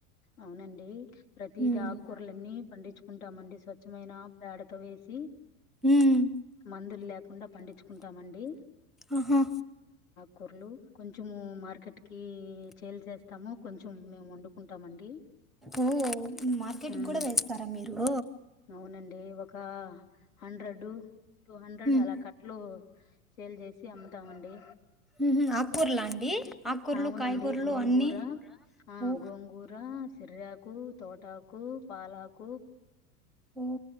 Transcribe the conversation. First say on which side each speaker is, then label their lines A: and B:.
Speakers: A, on the left; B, in the centre.
A: అవునండి ప్రతీది
B: ఉమ్
A: ఆకుకూర్లన్నీ పండిత్ ఉంటామండి స్వచ్ఛమైన పేడతో వేసి
B: ఉమ్.
A: మందులు లేకుండా పండించుకుంటామండి
B: ఆహా
A: కూరలు కొంచెము మార్కెట్ కి చేల్ చేస్తాము కొంచెం మేము వండుకుంటామండి
B: ఓ మార్కెట్కి
A: ఉమ్,
B: కూడా వేస్తారా మీరు
A: అవునండి ఒక హండ్రెడ్ టూ హండ్రెడ్
B: ఉమ్
A: అలా కట్టలు సేల్ చేసి అమ్ముతామండి
B: ఉమ్ హ్మ్మ్ కూరలా అండి ఆకుకూరలు
A: అవునండి
B: కాయకూరలు
A: గోంగూర
B: అన్నీ
A: ఆ
B: ఓ
A: గోంగూర సిర్యకు తోటకు పాలాకు
B: ఓ